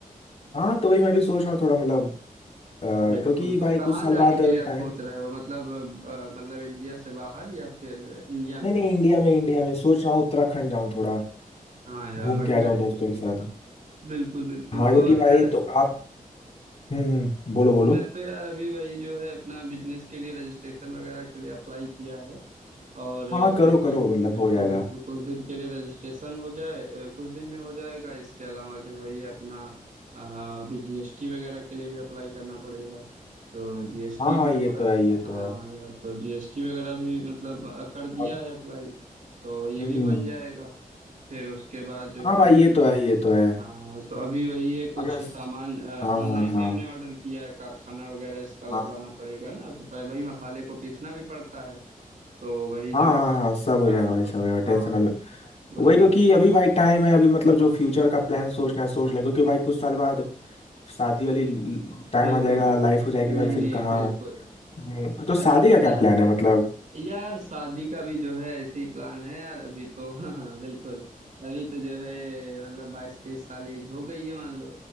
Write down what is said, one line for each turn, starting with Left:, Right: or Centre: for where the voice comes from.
Left: हाँ तो वही मैं भी सोच रहा हूँ थोड़ा मतलब अ,
Right: बिल्कुल
Left: क्योंकि
Right: तो
Left: भाई
Right: कहाँ
Left: कुछ साल
Right: जाने
Left: बाद
Right: के लिए आप
Left: टाइम
Right: सोच रहे हो मतलब अ, मतलब इंडिया से बाहर या फिर इंडिया में
Left: नहीं नहीं
Right: ही
Left: इंडिया में इंडिया में सोच रहा हूँ उत्तराखंड जाऊँ थोड़ा
Right: हाँ यार
Left: घूम
Right: बढ़िया
Left: के आ जाऊँ
Right: जगह
Left: दोस्तों के
Right: है
Left: साथ
Right: बिल्कुल बिल्कुल
Left: हाँ क्योंकि
Right: और यार
Left: भाई तो आप हम्म हम्म बोलो बोलो
Right: मैं तो यार अभी वही जो है अपना बिजनेस के लिए रजिस्ट्रेशन वगैरह के लिए अप्लाई किया है और
Left: हाँ करो
Right: बिल्कुल
Left: करो मतलब
Right: बिल्कुल
Left: हो जाएगा
Right: बिल्कुल कुछ दिन के लिए रजिस्ट्रेशन हो जाए अ, कुछ दिन में हो जाएगा इसके अलावा जो है ये अपना अ, अभी जीएसटी वगैरह के लिए भी अप्लाई करना पड़ेगा तो जीएसटी
Left: हाँ हाँ
Right: भी हमारा
Left: ये तो है ये
Right: हाँ
Left: तो है
Right: यार तो जीएसटी वगैरह भी मतलब अ, कर दिया
Left: अब
Right: है अप्लाई तो ये
Left: हम्म
Right: भी बन जाएगा फिर उसके बाद जो
Left: हाँ
Right: है
Left: भाई ये
Right: कुछ
Left: तो है ये तो है
Right: हाँ तो अभी वही है कुछ
Left: अब ये-
Right: सामान ऑनलाइन
Left: हाँ हाँ हाँ
Right: भी हमने ऑर्डर किया है कारखाना वगैरह इसका लगवाना
Left: हाँ
Right: पड़ेगा ना तो पहले भाई मसाले को पीसना भी पड़ता है तो वही
Left: हाँ
Right: जो
Left: हाँ
Right: है का
Left: हाँ सब हो
Right: हाँ
Left: जाएगा भाई
Right: तो
Left: सब हो जाएगा टेंशन
Right: हाँ
Left: वाले
Right: वही
Left: वही क्योंकि
Right: वही
Left: अभी भाई टाइम है अभी मतलब जो फ्यूचर का प्लान सोचना है सोच लें क्योंकि भाई कुछ साल बाद शादी वाली टाइम
Right: बिल्कुल
Left: आ जाएगा
Right: बिल्कुल
Left: लाइफ हो जाएगी
Right: नहीं
Left: भाई
Right: नहीं
Left: फिर
Right: नहीं,
Left: कहाँ
Right: बिल्कुल
Left: हम्म, तो शादी
Right: अच्छा पता
Left: का क्या
Right: है
Left: प्लान है मतलब
Right: यार शादी का भी जो है ऐसे ही प्लान है यार अभी तो <laughs> हाँ हाँ बिल्कुल अभी तो जो है मतलब बाईस तेईस साल एज हो गई है मान लो